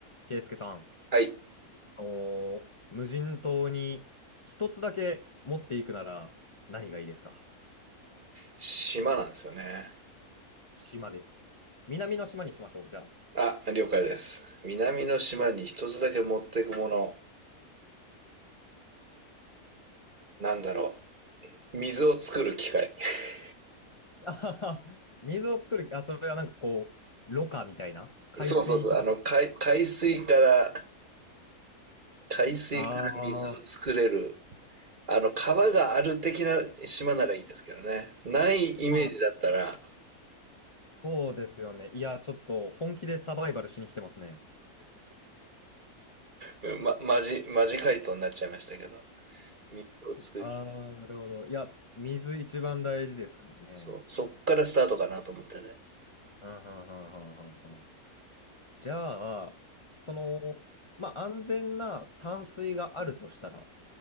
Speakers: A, on the left; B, on the right.
A: ケイスケさん、
B: はい。
A: あのー無人島に一つだけ持っていくなら何がいいですか
B: 島なんですよね。
A: 島です。南の島にしましょう、じゃ
B: あ、了解です。南の島に一つだけ持っていくもの。なんだろう。水を作る機械。<laughs>
A: あ。<laughs> あはは水を作る、あ、それはなんかこう、ろ過みたいな海水とか。
B: そうそうそう。あの、海、海水から、海水から水を作れる。
A: ああ、
B: あの、川がある的な島ならいいですけどね。ないイメージだったら、
A: まあ、そうですよね。いや、ちょっと本気でサバイバルしに来てますね。
B: うんま、マジ、マジ回答になっちゃいましたけど。水を作る機械。
A: ああ、なるほど。いや、水一番大事ですからね。
B: そう。そっからスタートかなと思ってて。
A: うん、うん、うん、うん、うん。うんじゃあ、その、まあ、安全な淡水があるとしたら、